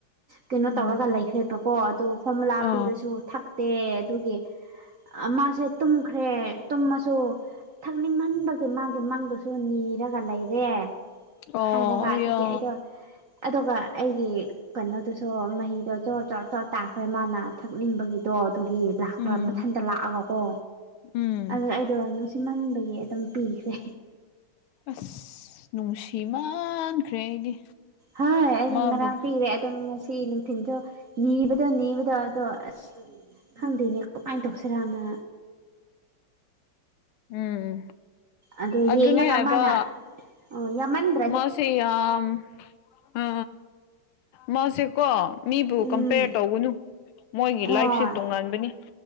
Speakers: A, on the right (about 65°); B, on the left (about 85°).
A: ꯀꯦꯅꯣ
B: ꯎꯝ
A: ꯇꯧꯔꯒ ꯂꯩꯈ꯭ꯔꯦꯕꯀꯣ ꯑꯗꯨ ꯐꯣꯔꯃꯨꯂꯥ
B: ꯑ
A: ꯄꯤꯔꯁꯨ ꯊꯛꯇꯦ ꯑꯗꯨꯒꯤ ꯃꯥꯁꯦ ꯇꯨꯝꯈ꯭ꯔꯦ ꯇꯨꯝꯃꯁꯨ ꯊꯛꯅꯤꯡꯃꯟꯕꯒꯤ ꯃꯥꯒꯤ ꯃꯪꯗꯁꯨ ꯅꯤꯔꯒ ꯂꯩꯔꯦ
B: ꯑꯣ
A: ꯍꯥꯏꯔꯒ
B: ꯑꯌꯥ
A: ꯑꯗꯨꯒꯤ ꯑꯩꯗꯣ ꯑꯗꯨꯒ ꯑꯩꯒꯤ ꯀꯩꯅꯣꯗꯨꯁꯨ ꯃꯍꯤꯗꯣ ꯖꯣꯔ ꯖꯣꯔ ꯖꯣꯔ ꯇꯥꯈ꯭ꯔꯦ ꯃꯥꯅ ꯊꯛꯅꯤꯡꯕꯒꯤ ꯑꯗꯣ ꯑꯗꯨꯒꯤ ꯂꯥꯛ
B: ꯎꯝ
A: ꯃꯊꯟꯇ ꯂꯥꯛꯑꯒꯀꯣ
B: ꯎꯝ
A: ꯑꯗꯨ ꯑꯩꯗꯣ ꯃꯟꯕꯒꯤ ꯑꯗꯨꯝ ꯄꯤꯈ꯭ꯔꯦ
B: ꯑꯁ ꯅꯨꯡꯁꯤꯃꯟꯈ꯭ꯔꯦ ꯑꯩꯗꯤ
A: ꯍꯥꯏ ꯑꯩꯗꯤ
B: ꯃꯥꯕꯨ
A: ꯉꯔꯥꯡ ꯄꯤꯒ꯭ꯔ‌ꯦ ꯑꯗꯨ ꯉꯁꯤ ꯅꯨꯡꯊꯤꯟꯗꯣ ꯅꯤꯕꯗ ꯅꯤꯕꯗ ꯑꯗꯣ ꯑꯁ ꯈꯪꯗꯦꯅꯦ ꯀꯃꯥꯏꯟ ꯇꯧꯁꯤꯔꯅ
B: ꯎꯝ
A: ꯑꯗꯣ
B: ꯑꯗꯨꯅꯦ
A: ꯌꯦꯡꯉꯒ
B: ꯍꯥꯏꯕ
A: ꯃꯥꯅ ꯑꯣ ꯌꯥꯃꯟꯕ
B: ꯃꯥꯁ‌ꯦ ꯌꯥꯝ ꯑ ꯃꯥꯁꯦ ꯀꯣ ꯃꯤꯕꯨ
A: ꯎꯝ
B: ꯀꯝꯄꯦꯌꯔ ꯇꯧꯒꯅꯨ ꯃꯣꯏꯒꯤ
A: ꯍꯣꯏ
B: ꯂꯥꯏꯐꯁꯦ ꯇꯣꯉꯥꯟꯕꯅꯤ